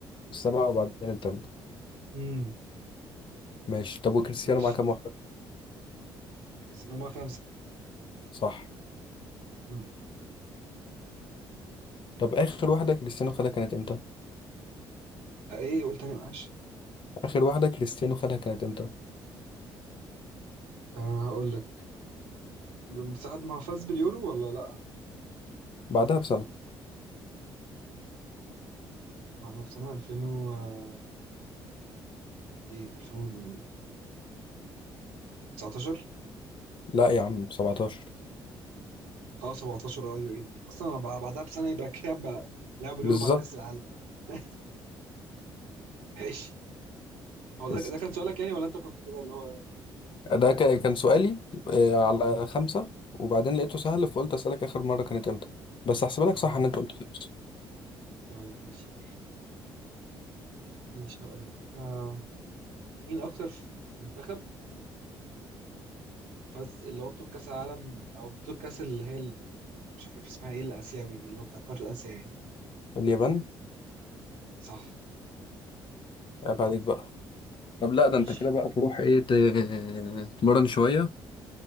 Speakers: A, on the left (about 40°); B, on the right (about 70°).
A: السبعة وبعدين التامنة
B: امم
A: ماشي طب وكريستيانو
B: ماشي
A: معاه كام واحدة؟
B: بس إن هما خمسة
A: صح
B: امم
A: طب آخر واحدة كريستيانو خدها كانت إمتى؟
B: آه، ايه قول تاني معلش
A: آخر واحدة كريستيانو خدها كانت إمتى؟
B: آه، هقول لك ده من ساعة ما فاز باليورو ولا لأ؟
A: بعدها بسنة
B: بعدها بسنة 2000 و آه، إيه 2019 19
A: لا يا عم 17
B: أه 17 أيوه إيه ده أصلا أنا بع- بعدها بسنة يبقى كده بقى لعب اليورو
A: بالظبط
B: بعد كأس العالم <laughs> ماشي هو
A: <laughs>
B: ده ده كان سؤالك يعني ولا أنت كنت كده اللي هو
A: ده كا- كان سؤالي آه، على
B: مم.
A: خمسة وبعدين لقيته سهل فقلت أسألك آخر مرة كانت إمتى بس هحسبها لك
B: أه
A: صح إن أنت قلت خمسة
B: طيب ماشي ماشي هقول لك آه مين أكتر ف- منتخب فاز اللي هو بطولة كأس العالم أو بطولة كأس اللي هي ال- مش عارف اسمها إيه الآسيوي اللي هو بتاع قارة آسيا يعني.
A: اليابان
B: صح
A: عيب عليك بقى طب لا ده
B: ماشي
A: أنت كده بقى تروح إيه ت- تمرن شوية